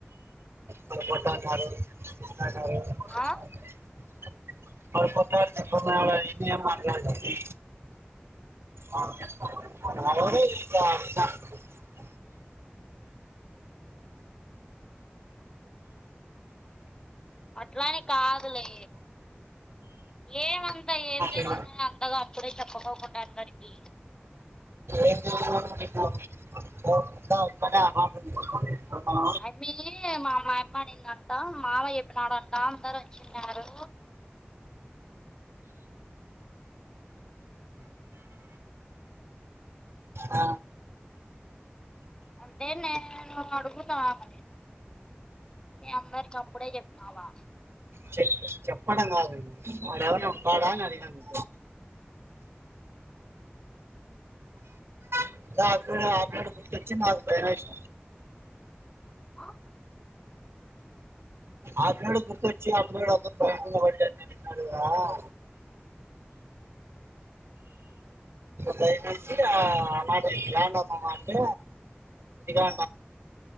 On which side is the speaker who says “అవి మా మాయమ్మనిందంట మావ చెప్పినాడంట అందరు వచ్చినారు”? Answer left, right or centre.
Left